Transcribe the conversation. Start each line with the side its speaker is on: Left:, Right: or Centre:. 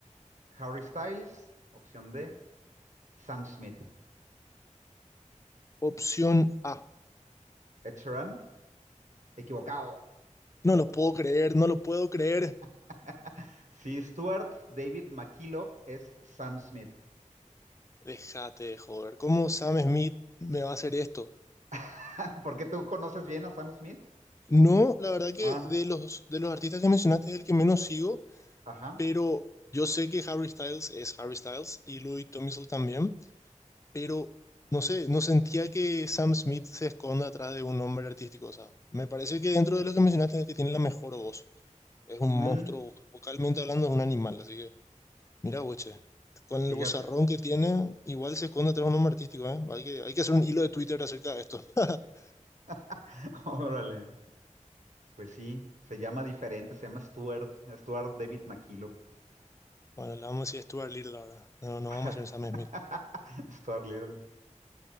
Right: Harry Styles. Opción D, Sam Smith.
Left: Opción A.
Right: Ed Sheeran, equivocado.
Left: No lo puedo creer, no lo puedo creer.
Right: <laughs> Sí, Stuart David McKillop es Sam Smith.
Left: Déjate de joder. ¿Cómo Sam Smith me va a hacer esto?
Right: <laughs> ¿Por qué tú conoces bien a Sam Smith?
Left: No, la verdad que
Right: Ah,
Left: de los, de los artistas que mencionaste es el que menos sigo,
Right: ajá.
Left: pero yo sé que Harry Styles es Harry Styles y Louis Tomlinson también, pero no sé, no sentía que Sam Smith se esconda atrás de un nombre artístico. O sea, me parece que dentro de los que mencionaste es el que tiene la mejor voz. Es un monstruo,
Right: Mm,
Left: voc- vocalmente hablando, es un animal. Así que, mira, boche, con el
Right: fíjate.
Left: vozarrón que tiene, igual se esconde atrás de un nombre artístico, ¿eh? Hay que, hay que hacer un hilo de Twitter acerca de esto. <laughs>
Right: <laughs> Órale. Pues sí, se llama diferente, se llama Stuart, Stuart David McKillop.
Left: Bueno, le vamos a decir Stuart Little ahora. No, no
Right: <laughs>
Left: vamos a hacer Sam Smith.
Right: Stuart Little.